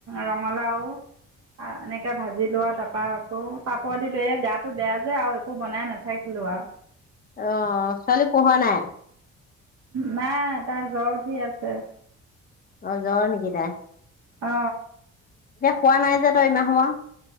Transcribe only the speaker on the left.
আহ ছোৱালী পঢ়োৱা নাই
অ জৰ নেকি তাইৰ
কোৱা নাই যে তই ইমান সময়